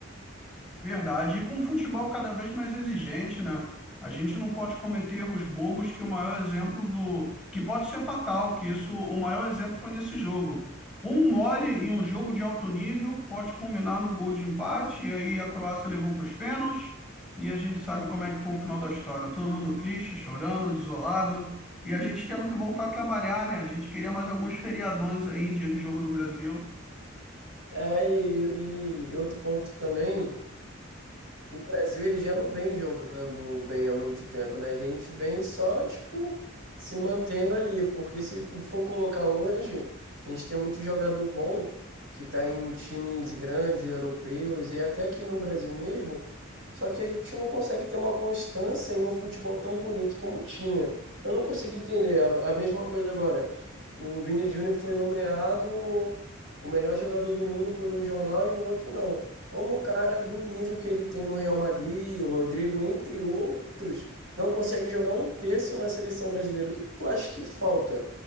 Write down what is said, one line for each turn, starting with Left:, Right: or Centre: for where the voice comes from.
Centre: De Verdade. E com o futebol cada vez mais exigente, né? A gente não pode cometer erros bobos que o maior exemplo do... que pode ser fatal, que isso, o maior exemplo foi nesse jogo. Um mole em um jogo de alto nível pode culminar no gol de empate, e aí a Croácia levou para os pênaltis, e a gente sabe como é que foi o final da história. Todo mundo triste, chorando, desolado, e a gente tendo que voltar a trabalhar, né? A gente queria mais alguns feriadões aí, dia de jogo do Brasil.
Right: É, e, e outro ponto também O Brasil ele já não vem jogando bem há muito tempo, né? A gente vem só, tipo, se mantendo ali, porque se for colocar hoje, a gente tem muito jogador bom que tá em times grandes, europeus e até aqui no Brasil mesmo, só que a gente não consegue ter uma constância em um futebol tão bonito como tinha. Eu não consigo entender. A, a mesma coisa agora. O Vini Júnior foi nomeado o melhor jogador do mundo por um jornal e no outro não como um cara do nível que ele tem no Real Madrid, o Rodrigo, entre outros, não consegue jogar um terço na seleção brasileira. O que que tu acha que falta